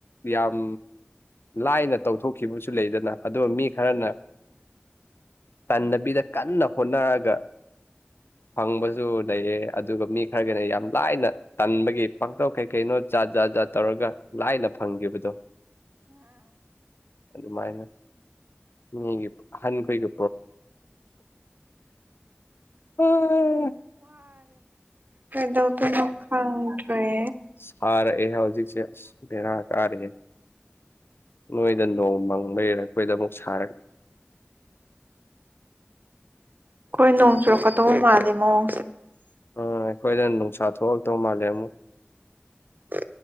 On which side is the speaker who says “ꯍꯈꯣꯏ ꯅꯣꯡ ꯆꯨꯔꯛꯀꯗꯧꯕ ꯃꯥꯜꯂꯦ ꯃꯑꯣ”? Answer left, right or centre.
Right